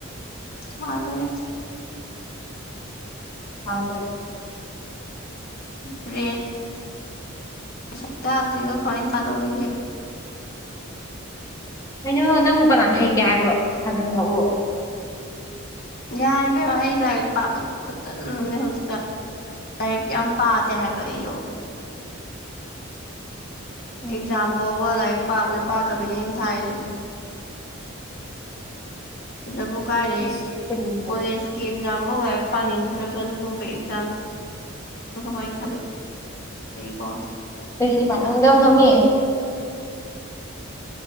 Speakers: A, on the left; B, on the left.
A: ꯊꯥꯔꯣꯏ
B: ꯊꯥꯎ ꯀꯩꯅꯣ
A: <unintelligible> ꯁꯛꯇꯥꯁꯤꯒ ꯀꯃꯥꯏꯅ ꯊꯥꯗꯧꯔꯤꯒꯦ
B: ꯀꯩꯅꯣ ꯅꯪꯕꯨ ꯀꯅꯥꯅ ꯍꯩꯇꯦ ꯍꯥꯏꯕ꯭ꯔꯣ ꯁꯥꯖꯟ <unintelligible>
A: ꯌꯥꯔꯦ ꯏꯕꯦꯝꯃ ꯑꯩ ꯂꯥꯏꯔꯤꯛ ꯄꯥꯕ ꯈꯨꯠꯇꯜ ꯑꯝꯅꯦ ꯍꯧꯖꯤꯛꯀꯥꯟ ꯂꯥꯏꯔꯤꯛ ꯌꯥꯝ ꯄꯥꯗꯦ ꯍꯥꯏꯕ ꯑꯩꯗꯣ
B: ꯎꯝ
A: ꯑꯦꯛꯖꯥꯝ ꯐꯧꯕ ꯂꯥꯏꯔꯤꯛ ꯄꯥꯕꯣꯏ ꯄꯥꯗꯕꯣꯏꯅꯦ ꯑꯩꯅ ꯊꯥꯏꯗꯣ ꯁꯤꯗꯕꯨ ꯀꯥꯏꯗꯩ
B: ꯑꯁ ꯀꯔꯤꯒꯤ
A: ꯀꯣꯂꯦꯖꯀꯤ ꯑꯦꯛꯖꯥꯝꯐꯧ ꯂꯥꯏꯔꯤꯛ ꯄꯥꯅꯤꯡꯗ꯭ꯔꯒ ꯑꯗꯨꯒꯨꯝꯕ ꯑꯦꯛꯖꯥꯝ ꯀꯃꯥꯏꯅ ꯊꯒꯦ ꯑꯩꯕꯣ
B: ꯀꯩꯒꯤ
A: ꯅꯕꯤꯇꯥ
B: ꯄꯥꯅꯤꯡꯗꯅꯣ ꯃꯤ